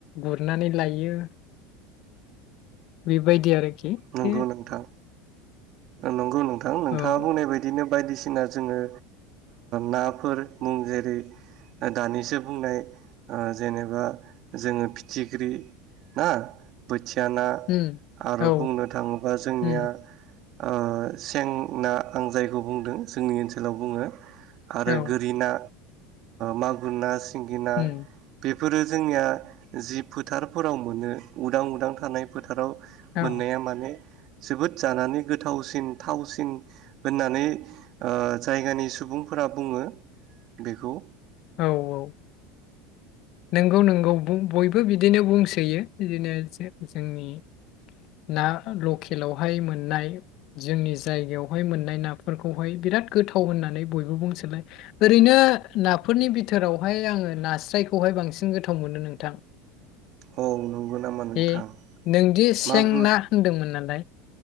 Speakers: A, on the left; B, on the right.
A: गुरनानै लायो बेबायदि आरोखि
B: नंगौ
A: दे
B: नोंथां नंगौ नोंथां नोंथाङा
A: औ
B: बुंनाय बायदिनो बायदिसिना जोङो नाफोर मुं जेरै दानिसो बुंनाय जेनेबा जोङो फिथिख्रि ना बोथि याना
A: उम
B: आरो
A: औ
B: बुंनो थाङोबा जोंनिया
A: उम
B: ओ सेंना आं जायखौ बुंदों जोंनि ओनसोलाव बुङो आरो
A: औ
B: गोरिना मागुरना सिंगिना
A: उम
B: बे बेफोरो जोंनिया जि फोथारफोराव मोनो उदां उदां थानाय फोथाराव
A: औ
B: मोननाया माने जोबोद जानानै गोथावसिन थावसिन होननानै जायगानि ओ सुबुंफोरा बुङो बेखौ।
A: औ औ। नोंगौ नोंगौ बयबो बिदिनो बुंसोयो बिदिनो जो जोंनि ना लकेलावहाय मोननाय जोंनि जायगायावहाय मोननाय नाफोरखौहाय बिराद गोथाव होननानै बयबो बुंसोलाय ओरैनो नाफोरनि बिथोरावहाय आङो नास्राय खौहाय बांसिन गोथाव मोनो नोंथां।
B: औ नंगौ नामा नोंथां
A: ए नोंदि सें
B: मागुर
A: ना होनदोंमोन नालाय